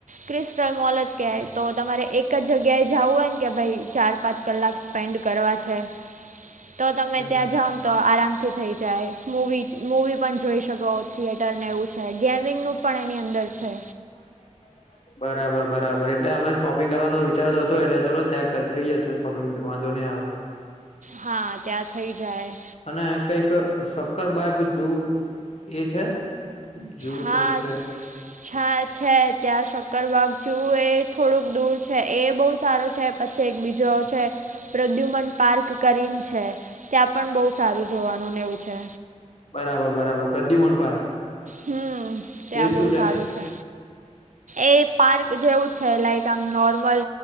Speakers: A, on the right (about 80°); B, on the left (about 55°).
A: ક્રિસ્ટલ મોલ જ કહેવાય તો તમારે એક જ જગ્યાએ જવું હોય ને કે ભાઈ ચાર પાંચ કલાક સ્પેન્ડ કરવા છે તો તમે
B: હમ
A: ત્યાં
B: હમ
A: જઓ તો આરામથી થઈ જાય મૂવી મૂવી પણ જોઈ શકો થિયેટરને એવું છે ગેમિંગનું પણ એની અંદર છે.
B: <inaudible> બરાબર બરાબર એટલે અમે શોપિંગ કરવાનું વિચારતો હતો એટલે ચાલો ત્યાં થઈ જશે શોપિંગ તો વાંધો નહી આવે.
A: હા ત્યાં થઇ જાય.
B: અને કઈક શક્કર બાગ જોવું એ છે? જુ
A: હા
B: કઈક છે.
A: હા છે ત્યાં શક્કરવાગ જેઉ થોડુંક દૂર છે એ બહુ સારો છે. પછી એક બીજો છે પ્રદ્યુમન પાર્ક કરીને છે. ત્યાં પણ બહુ સારું જોવાનુંને એવું છે.
B: બરાબર બરાબર પ્રદ્યુમન પાર્ક.
A: હમ ત્યાં
B: એ શું
A: બહુ સારું છે. એ પાર્ક જેવું છે લાઇક આમ નોર્મલ